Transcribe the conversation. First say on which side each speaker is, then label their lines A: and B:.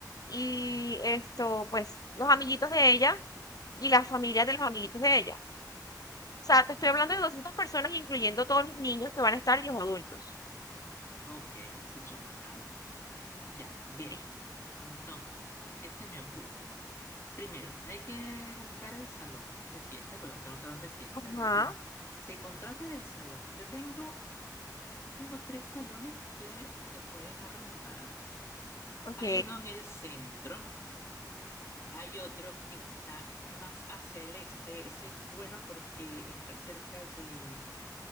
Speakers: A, on the left; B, on the left.
A: y
B: Ok,
A: esto, pues los amiguitos de ella y las familias de los amiguitos de ella. O sea, te estoy
B: ok,
A: hablando de 200 personas, incluyendo todos los niños que van a estar y los adultos.
B: ok, sí son bastantes. Ya, bien.
A: Sí.
B: Entonces, ¿qué se me ocurre? Primero, hay que buscar el salón de fiesta, porque va a ser un salón de fiesta.
A: Ajá,
B: Entonces, se contrata el salón. Yo tengo, yo tengo tres salones que se pueden arrendar.
A: ok,
B: Hay uno en el centro, Hay otro que está más hacia el este. Ese es bueno porque está cerca de,